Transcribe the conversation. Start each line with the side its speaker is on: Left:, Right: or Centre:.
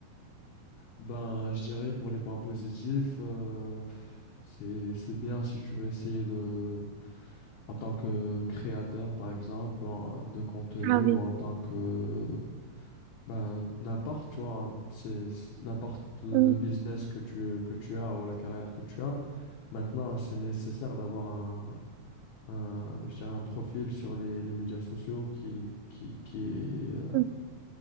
Left: Ben, je dirais pour les points positifs, euh, c'est, c'est bien si tu veux essayer de, en tant que créateur, par exemple, ou en- de contenu,
Right: Ah oui.
Left: ou en tant que, ben, n'importe, tu vois, c'est c'est- n'importe le
Right: Mm,
Left: business que tu, que tu as ou la carrière que tu as. Maintenant, c'est nécessaire d'avoir un, un, je dirais un profil sur les, les médias sociaux qui, qui, qui est, euh,
Right: mm.